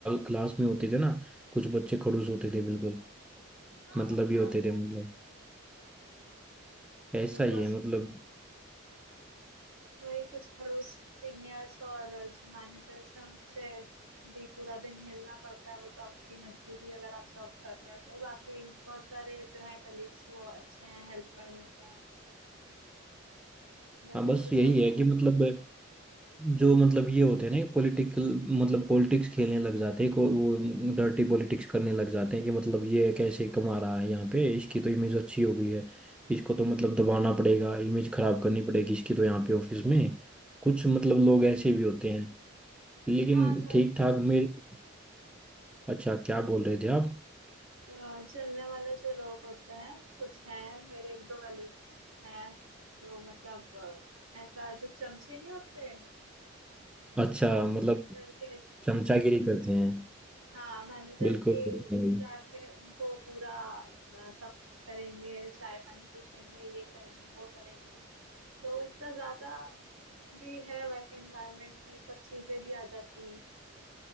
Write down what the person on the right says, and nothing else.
हाँ
तो
बस
वही कुछ पड़ोस सीनियर्स और जो मैनेजर से उनसे भी पूरा दिन मिलना पड़ता है वो तो आपकी मजबूरी है अगर आप जॉब कर रहे हो तो बाकी बहुत सारे जो है कलीग्स वो अच्छे हैं हेल्प कर देते हैं बस
ऐसे ही
चल रहा
है
मेरा
हाँ
हाँ, जल
अ, जलने वाले जो लोग होते हैं कुछ हैं मेरे एक दो कलीग्स हैं जो मतलब अ, ऐसा जो चमचे नहीं होते
मैनेजर के
हाँ मैनेजर
के
जाके उनको पूरा अ, सब करेंगे चाय पानी पूछेंगे ये करेंगे वो करेंगे तो इतना ज्यादा भी है वर्क एनवायरनमेंट में ये सब चीजें भी आ जाती हैं